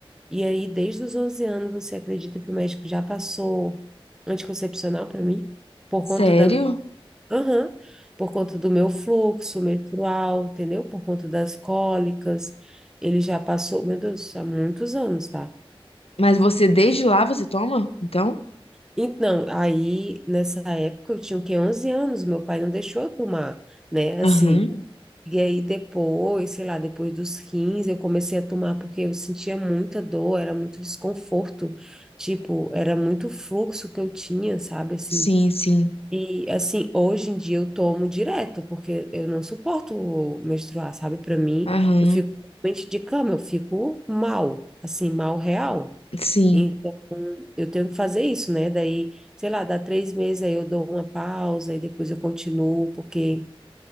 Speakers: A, in the centre; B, on the left (about 85°).
A: E aí, desde os 11 anos, você acredita que o médico já passou anticoncepcional para mim? por
B: Sério?
A: conta da, Aham. Por conta do meu fluxo menstrual, entendeu? Por conta das cólicas. Ele já passou, meu Deus, há muitos anos, tá?
B: Mas você, desde lá, você toma? Então?
A: Então, aí, nessa época, eu tinha, o quê? 11 anos, meu pai não deixou eu tomar, né?
B: Aham.
A: Assim, e aí depois, sei lá, depois dos 15 eu comecei a tomar porque eu sentia muita dor, era muito desconforto, tipo, era muito fluxo que eu tinha, sabe? Assim,
B: Sim, sim.
A: E assim, hoje em dia eu tomo direto, porque eu não suporto menstruar, sabe? Para mim,
B: Aham.
A: eu fico realmente de cama, eu fico mal, assim, mal real.
B: Sim.
A: Então, eu tenho que fazer isso, né? Daí, sei lá, dá três meses, aí eu dou uma pausa e depois eu continuo, porque